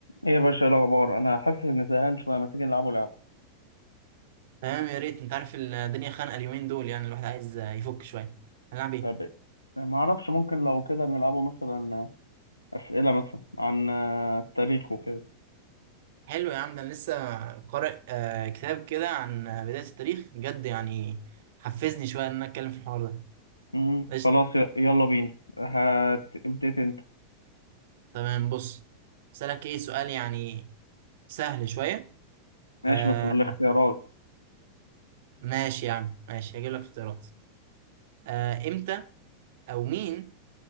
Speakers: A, on the left; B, on the right.
A: ايه يا باشا إيه الاخبار انا حاسس اني زهقان شويه ما تيجي نلعبوا لعبه
B: تمام يا ريت انت عارف الدنيا خانقه اليومين دول يعني الواحد عايز يفك شويه هنلعب ايه
A: طب إيه؟ ما اعرفش ممكن لو كده نلعبوا مثلا اسئله مثلا عن آه، التاريخ وكده
B: حلو يا عم ده انا لسه قارئ آه، كتاب كده عن بدايه التاريخ بجد يعني حفزني شويه ان انا اتكلم في الحوار ده
A: امم
B: قشطه
A: خلاص ي- يلا بينا هتبتدي انت
B: تمام بص اسالك ايه سؤال يعني سهل شويه
A: ماشي
B: آه
A: بس بالاختيارات
B: ماشي يا عم ماشي هجيب لك اختيارات آه امتى او مين